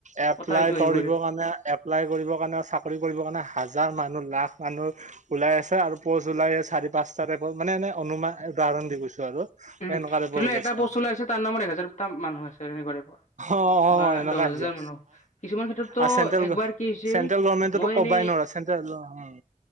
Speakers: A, on the right; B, on the left.
A: এপ্লাই
B: কথা এইটো
A: কৰিব
B: আহিব ৰে।
A: কাৰণে এপ্লাই কৰিবৰ কাৰণে চাকৰি কৰিব কাৰণে হাজ হাজাৰ মানুহ লাখ মানুহ ওলাই আছে আৰু পজ ওলাই চাৰি পাঁচটা টাইপৰ মানে এনে অনুমান উদা কাৰণ দি গৈছো আৰু।
B: উম,
A: এনেকুৱা টাইপৰ
B: ধৰি লোৱা
A: ওলাইছে
B: এটা পোষ্ট
A: আৰু
B: ওলাইছে তাৰ নামত এক হাজাৰ তা মানুহ আছে এনেকুৱা টাইপৰ।
A: অ' অ'
B: বা
A: অ' এনেকুৱা
B: দহ
A: ইজৰা
B: হাজাৰ মানুহ কিছুমান ক্ষেত্ৰততো
A: আ চেণ্টেল
B: একবাৰ
A: -
B: কি হৈছিল
A: চেন্ট্ৰেল গভৰ্মেণ্টতটো
B: মই
A: কবাই
B: এনে
A: নৰা চেণ্ট্ৰেল উম